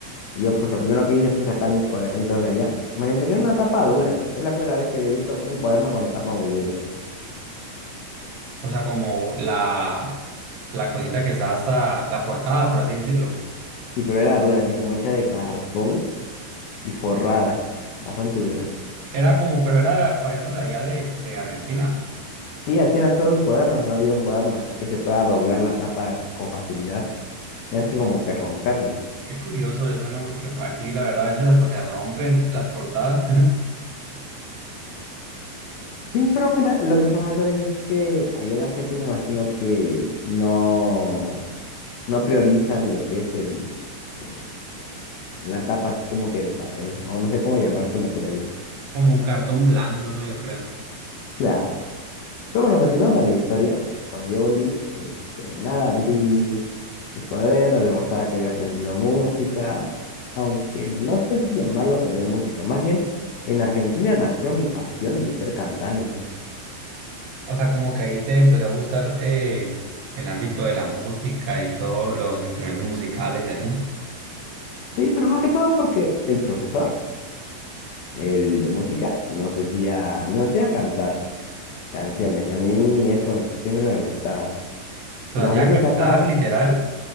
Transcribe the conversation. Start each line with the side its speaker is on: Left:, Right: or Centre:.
Left: Y yo pues lo primero que hice fue sacar mis cuadernitos de allá. Más bien tenía una tapa dura. Es la primera vez que había visto un cuaderno con tapa muy dura.
Right: O sea, como la, la cosita que está hasta la portada, por así decirlo.
Left: Sí, pero era dura, así como hecha de cartón y forrada, bastante dura.
Right: Era como, pero era cuaderno de allá de, de Argentina.
Left: Sí, así eran todos los cuadernos, no había un cuaderno así que se pueda doblar la tapa con facilidad, ya es que como que romperlo.
Right: Qué curioso eso, ¿no? Porque aquí la verdad a veces hasta se rompen las portadas <laughs>
Left: Sí, pero mira, lo que pasa también es que allá en Argentina imagino que no, no priorizan lo que es el, eh, la tapa así como que de papel, o no sé cómo llamar qué materiales.
Right: como un cartón blando, ¿no? Yo creo.
Left: Claro. Pero bueno, continuando con la historia, cuando yo volví, este, nada, abrí mis cuadernos, les mostraba que había aprendido música, aunque no sé si llamarlo aprender música, más bien en Argentina nació mi pasión de ser cantante.
Right: O sea, como que ahí te empezó a gustar eh, el ámbito de la música y todos los instrumentos musicales y así.
Left: Sí, pero más que todo porque el profesor, el de música, nos decía, nos hacía cantar canciones y a mí eso siempre me gustaba.
Right: Lo
Left: Y como
Right: hacía
Left: siempre
Right: cantar,
Left: cantábamos,
Right: literal.